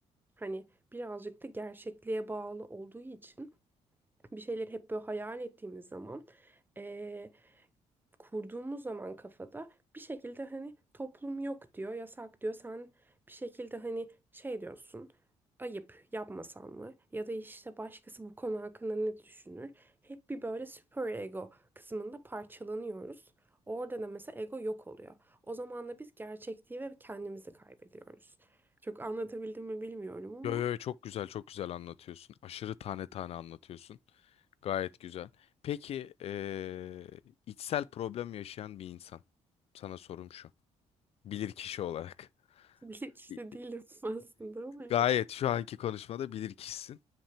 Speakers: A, on the right; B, on the left.
A: Hani birazcık da gerçekliğe bağlı olduğu için bir şeyleri hep böyle hayal ettiğimiz zaman Ee, kurduğumuz zaman kafada bir şekilde hani toplum yok diyor, yasak diyor. Sen bir şekilde hani şey diyorsun. Ayıp yapmasan mı? Ya da işte başkası bu konu hakkında ne düşünür? Hep bir böyle süper ego kısmında parçalanıyoruz. Orada da mesela ego yok oluyor. O zaman da biz gerçekliği ve kendimizi kaybediyoruz. Çok anlatabildim mi bilmiyorum ama
B: Yo yo çok güzel çok güzel anlatıyorsun. Aşırı tane tane anlatıyorsun. Gayet güzel. Peki eee, içsel problem yaşayan bir insan. Sana sorum şu. Bilir kişi olarak.
A: <laughs> bilinçli işte
B: İ-
A: değilim aslında ama
B: Gayet şu anki konuşmada bilir kişisin.